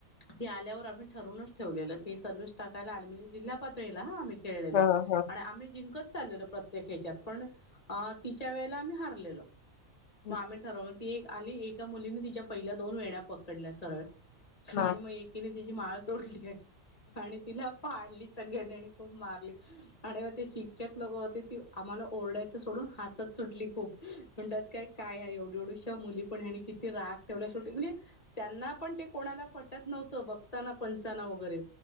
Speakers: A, on the left; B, on the left.
A: ती आल्यावर आम्ही ठरूनच ठेवलेलं की, सर्व्हिस टाकायला आली म्हणजे जिल्हा पातळीला हा आम्ही खेळलेलो.
B: हां हां
A: आणि आम्ही जिंकत चाललेलो प्रत्येक हेच्यात पण अ तिच्या वेळेला आम्ही हरलेलो.
B: हं
A: म आम्ही ठरवल ती एक आली. एका मुलीने तिच्या पहिल्या दोन वेण्या पकडल्या सरळ
B: हां
A: आणि म एक एकीनी तिची माळ तोडलीये. आणि तिला पाडली सगळ्यांनी आणि खूप मारली. आणि मग ते शिक्षक लोक होते. ती आम्हाला ओरडायच सोडून हसत सुटली खूप, म्हणतात काय काय हया एवढु एवढुशा मुली पण ह्यांनी किती राग तेवना शेवटी म्हणजे त्यांना पण ते कोणाला पटत नव्हतं बघताना पंचाना वगैरे